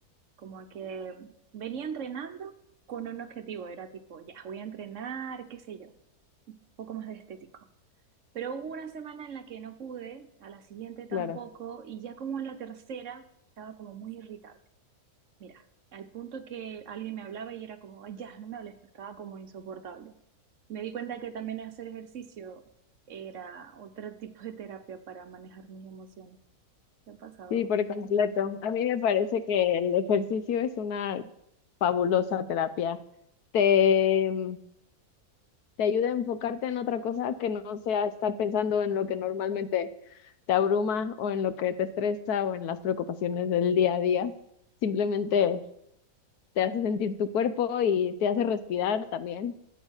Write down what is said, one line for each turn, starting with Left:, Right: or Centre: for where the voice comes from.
Right: Como que venía entrenando con un objetivo. Era tipo, ya, voy a entrenar, qué sé yo, un poco más de estético. Pero hubo una semana en la que no pude, a la siguiente tampoco,
Left: Claro.
Right: y ya como en la tercera estaba como muy irritable. Mira, al punto que alguien me hablaba y era como, "Ay, ya, no me hables, estaba como insoportable. Me di cuenta que también hacer ejercicio era otro tipo de terapia para manejar mis emociones. ¿Qué ha pasado?
Left: Sí, por completo. A mí me parece que el ejercicio es una fabulosa terapia. Te, mm, te ayuda a enfocarte en otra cosa que no sea estar pensando en lo que normalmente te abruma o en lo que te estresa o en las preocupaciones del día a día. Simplemente te hace sentir tu cuerpo y te hace respirar también.